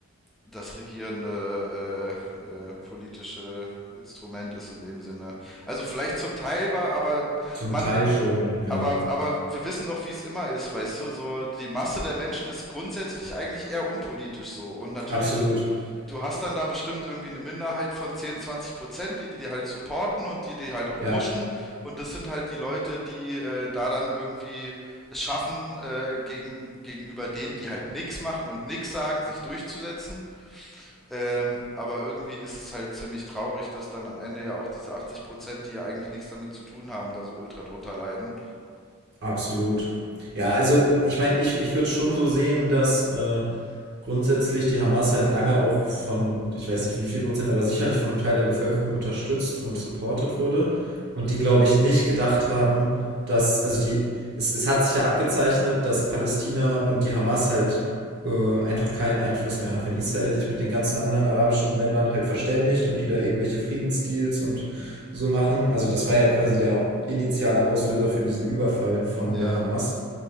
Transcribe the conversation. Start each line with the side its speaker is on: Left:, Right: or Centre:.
Centre: das regierende äh, äh, politische Instrument ist in dem Sinne. Also vielleicht zum Teil war, aber
Right: Zum
Centre: man,
Right: Teil schon, ja.
Centre: aber, aber wir wissen doch, wie es immer ist, weißt du, so die Masse der Menschen ist grundsätzlich eigentlich eher unpolitisch so. Und natürlich,
Right: Absolut.
Centre: du hast dann da bestimmt irgendwie eine Minderheit von 10 20 Prozent, die die, die halt supporten und die die halt auch
Right: Ja.
Centre: pushen. Und das sind halt die Leute, die äh, da dann irgendwie es schaffen, äh, gegen, gegenüber denen, die halt nichts machen und nichts sagen, sich durchzusetzen. Ähm, aber irgendwie ist es halt ziemlich traurig, dass dann am Ende ja auch diese 80 Prozent, die ja eigentlich nichts damit zu tun haben, da so ultra drunter leiden.
Right: Absolut. Ja, also ich meine, ich, ich würde schon so sehen, dass äh, grundsätzlich die Hamas halt lange auch von, ich weiß nicht wie viel Prozent, aber sicherlich von einem Teil der Bevölkerung unterstützt und supported wurde. Und die, glaube ich, nicht gedacht haben, dass, also die, es, es hat sich ja abgezeichnet, dass Palästina und die Hamas halt äh, einfach keinen Einfluss mehr hat. Wenn Israel sich mit den ganzen anderen arabischen Ländern halt verständigt und die da irgendwelche Friedensdeals und so machen. Also das war ja quasi der initiale Auslöser für diesen Überfall von
Centre: Ja,
Right: der Hamas.